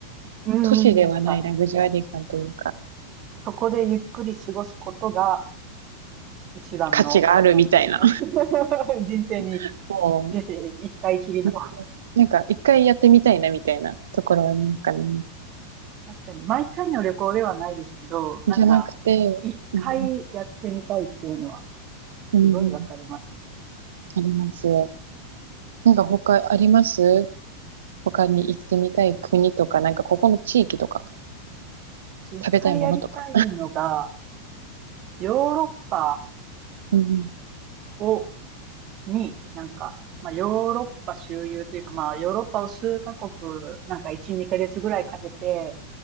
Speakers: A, on the right; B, on the right.
A: うん。
B: 都市ではないラグジュアリー感というか、
A: なんか、そこでゆっくり過ごすことが一番の、
B: 価値があるみたいな。
A: なんていうか <laughs> 人生に、
B: <laughs> も
A: 人生一回きりの。
B: う、なんか、一回やってみたいなみたいなところはなんかね、
A: 確かに、毎回の旅行ではないですけど、なんか、
B: じゃなくて、
A: 一回やってみたいっていうのは、
B: うんうん、
A: すごいわかりますね。
B: あります。なんか他あります他に行ってみたい国とか、なんかここの地域とか、
A: 一回やりたいのが、
B: 食べたいものとか。
A: ヨーロッパ
B: うんうん。
A: をに、なんか、まあ、ヨーロッパ周遊というか、まあ、ヨーロッパを数カ国、なんか1、2ヶ月ぐらいかけて、